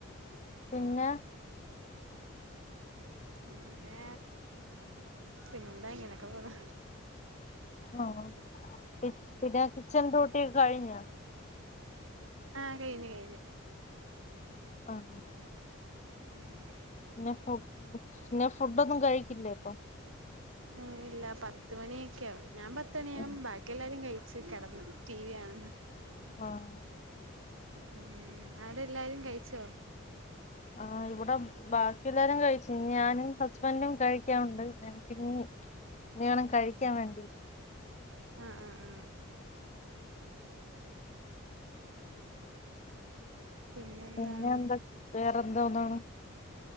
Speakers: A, on the left; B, on the right.
A: പിന്നെ
B: പിന്നെ പിന്നെന്താ ഇങ്ങനെക്കെ പോവ്ന്ന്
A: ആഹ് പി പിന്നെ കിച്ചൻഡ്യൂട്ടിയൊക്കെ കഴിഞ്ഞൊ
B: ആഹ് കഴിഞ്ഞ് കഴിഞ്ഞ്
A: ആഹ്
B: ഉം ഉം
A: പിന്നെ ഫുഡ് പിന്നെ ഫുഡ്ഡൊന്നും കഴിക്കില്ലേ പ്പൊ?
B: ഉം ഇല്ല പത്ത് മണിയൊക്കെയാവും ഞാൻ പത്ത് മണി
A: <inaudible>
B: ബാക്കിയെല്ലാരും കഴിച്ച് കെടന്ന് ടിവി കാണുന്ന്
A: ആഹ്
B: ഉം അവ്ടെ എല്ലാരും കഴിച്ചോ?
A: ആഹ് ഇവിടെ ബാക്കിയല്ലാരും കഴിച്ച് ഞാനും ഹസ്ബന്റും കഴിക്കാൻ ഉണ്ട് ഞങ്ങക്ക്‌ ഇനി ഇനി വേണം കഴിക്കാൻ വേണ്ടി
B: ആഹ് ആഹ് ആഹ് പിന്നെന്താണ്
A: പിന്നെ എന്താ വേറെന്തൊന്നാണ്?